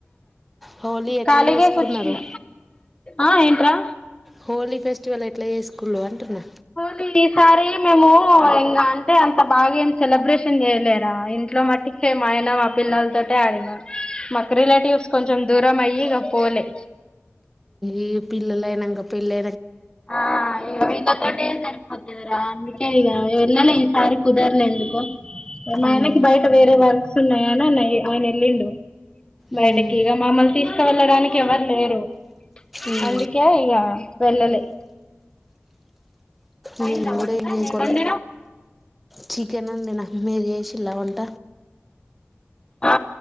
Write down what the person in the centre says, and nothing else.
హోలీ ఎట్లా
చేసుకున్నారు
హోలీ ఫెస్టివల్ ఎట్లా చేసుకున్నారు అంటున్నా
ఇ పిల్లల్లు అయినంక పెళ్లి
ఉమ్.
ఉమ్,
ఉమ్.
ఇ
గుడుగకోలే
చికెన్ అంది నాకు మీరు చేసి వంట